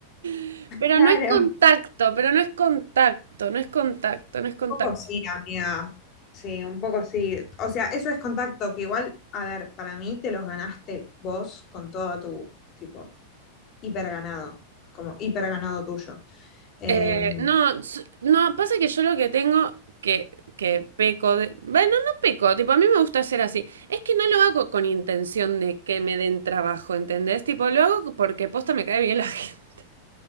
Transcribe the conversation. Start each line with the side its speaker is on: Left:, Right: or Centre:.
Right: <laughs> Pero
Left: Claro.
Right: no es contacto, pero no es contacto, no es contacto, no es contacto.
Left: un poco sí, amiga. Sí, un poco sí. O sea, eso es contacto, que igual, a ver, para mí te los ganaste vos con todo tu, tipo, hiper ganado, como hiper ganado tuyo. Eh,
Right: Eh, no, s- no, pasa que yo lo que tengo que, que peco de... Bueno, no peco, tipo, a mí me gusta ser así. Es que no lo hago con intención de que me den trabajo, ¿entendés? Tipo, lo hago porque posta me cae bien la <laughs> gente.